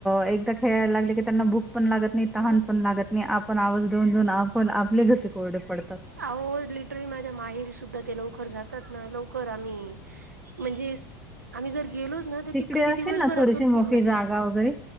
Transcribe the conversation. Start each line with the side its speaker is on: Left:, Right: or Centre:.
Centre: एकदा खेळायला लागले की त्यांना भूक पण लागत नाही तहान
Right: मग
Centre: पण लागत नाही आप पण आवाज देऊन देऊन आपण आपले घसे कोरडे पडतात.
Right: अहो लिटरली माझ्या माझा माहेरी सुद्धा ते लवकर जातात ना लवकर आम्ही म्हणजे आम्ही जर गेलोच ना त
Centre: तिकडे
Right: ती कधी दिवसभरातून
Centre: असेल ना थोडीशी
Right: पूर्ण
Centre: मोकळी जागा वगैरे?